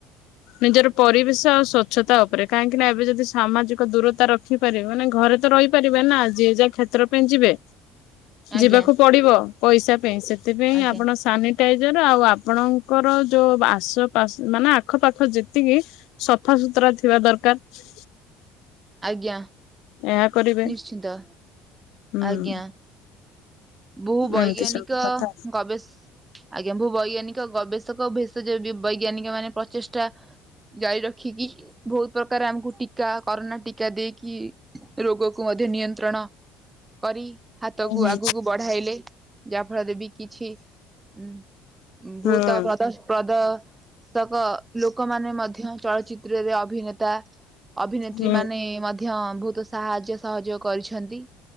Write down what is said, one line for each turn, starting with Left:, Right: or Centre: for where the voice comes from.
Left: ନିଜର ପରିବେଶ ଆଉ ସ୍ଵଚ୍ଛତା ଓପରେ କାହିଁକି ନା ଏବେ ଯଦି ସାମାଜିକ ଦୂରତା ର ଖିପାରି ମାନେ ଘରେ ତ ରହିପାର ରିବେ ନାଁ ଯିଏ ଯାହା କ୍ଷେତ୍ର ପାଇଁ ଯିବେ।
Right: ଆଜ୍ଞା
Left: ଯିବାକୁ ପଡ଼ିବ ପଇସା ପାଇଁ ସେ ଥିପାଇଁ
Right: ଆଜ୍ଞା
Left: ଆପଣ ସାନି ଟାଇଜର ଆପଣଙ୍କର ଯୋଉ ଆସପାସ୍ ମାନେ ଆଖପାଖ ଯେତିକି ସଫା ସୁୁତରା ଥିବା ଦରକାର।
Right: ଆଜ୍ଞା।
Left: ଏହା କରିବେ।
Right: ସିଦ
Left: ହୁଁ
Right: ଆଜ୍ଞା। ବୋହୁ ବୈଜ୍ଞାନିକ
Left: ଏମିତି ସବୁ କଥା
Right: ଗବେଷ୍ ଆଜ୍ଞା ବୋହୁ ବୈଜ୍ଞାନିକ ଗବେଷକ ଭେଷଜ ବି ବୈଜ୍ଞାନିକ ମାନେ ପ୍ରଚେଷ୍ଟା ଜାରି ର ଖିକି ଭୋଉତ୍ ପ୍ରକାର ଆମୁକୁ ଟୀକା କରୋନା ଟୀକା ଦେଇକି ଇ ରୋଗକୁ ମଧ୍ୟ ନିୟନ୍ତ୍ରଣ କରି ହାତକୁ
Left: ହୁଁ
Right: ଆଗୁ ଆଇଲେ ଯାହା ଫଳରେ ବି କିଛି ଉଁ
Left: ହୁଁ
Right: ଭୂତପ୍ରତ ପ୍ରଦ ସକ ଲୋକମାନେ ମଧ୍ୟ ଚଳଚିତ୍ରରେ ଅଭିନେତା ଅଭିନେତ୍ରୀମାନେ
Left: ହୁଁ
Right: ମଧ୍ୟ ବୋହୁତ ସାହାଯ୍ୟ ସହଯୋଗ କରିଛନ୍ତି